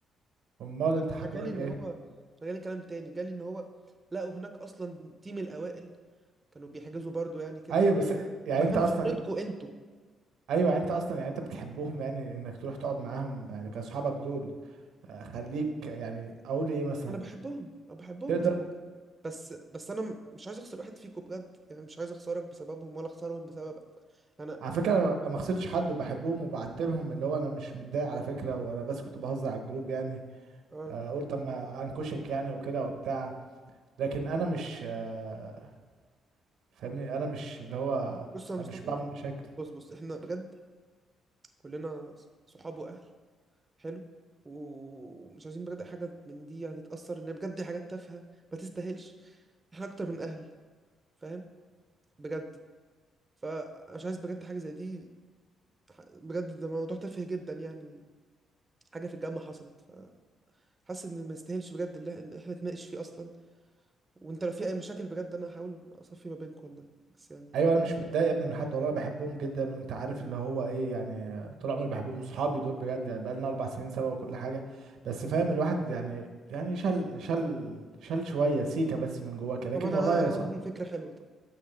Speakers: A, on the right; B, on the right.
A: امال
B: اتحكى
A: انت حكوا لك
B: لي اللي
A: ايه
B: هو جالي كلام تاني جالي ان هو لقوا هناك اصلا تيم الاوائل كانوا بيحجزوا برضو يعني كده
A: ايوه بس يعني
B: ما
A: انت
B: كان
A: اصلا
B: فترتكوا
A: انت
B: انتوا
A: ايوه يعني انت اصلا يعني انت بتحبهم يعني انك تروح تقعد معاهم يعني كاصحابك دول آه، خليك يعني اقول ايه مثلا
B: انا بحبهم انا بحبهم
A: تقدر
B: بس بس بس انا م- مش عايز اخسر واحد فيكم بجد يعني مش عايز اخسرك بسببهم ولا اخسرهم بسبب انا
A: على فكرة أنا ما خسرتش حد وبحبهم وبعت لهم اللي هو أنا مش متضايق على فكرة وأنا بس كنت بهزر على الجروب يعني
B: اه
A: آه، قلت أما أنكشك يعني وكده وبتاع لكن أنا مش آه، فاهمني أنا مش اللي هو
B: بص يا مصطفى
A: أنا مش بعمل مشاكل
B: بص بص احنا بجد كلنا ص- صحاب واهل حلو و- ومش عايزين بجد أي حاجه من دي يعني تاثر ان بجد دي حاجات تافهه ما تستاهلش احنا اكتر من اهل فاهم بجد فمش عايز بجد حاجه زي دي ح- بجد ده موضوع تافه جدا يعني حاجة في الجامعة حصلت فحاسس إن ما يستاهلش بجد اللي إن إحنا نتناقش فيه أصلا وأنت لو في أي مشاكل بجد أنا هحاول أصفي ما بينك والله بس يعني
A: أيوة أنا مش متضايق يا ابني من حد والله أنا بحبهم جدا وأنت عارف اللي هو إيه يعني طول عمري بحبهم أصحابي دول بجد يعني بقالنا أربع سنين سوا وكل حاجة بس فاهم الواحد يعني يعني شل شل شل شوية سيكة بس من جواك لكن
B: طب أنا
A: والله
B: أنا أنا
A: يا صاحبي
B: عندي فكرة حلوة طب